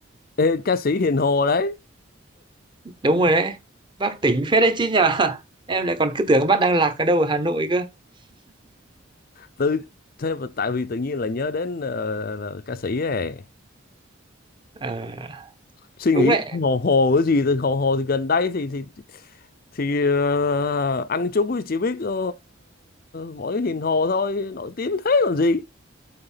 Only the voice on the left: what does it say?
ê, ca sĩ Hiền Hồ đấy
tự thế mà tại vì tự nhiên là nhớ đến ờ, là ca sĩ ấy
suy
nghĩ
hồ hồ cái gì thì hồ hồ thì gần đây thì thì thì ờ, anh chúng chỉ biết ờ, mỗi Hiền Hồ thôi nổi tiếng thế còn gì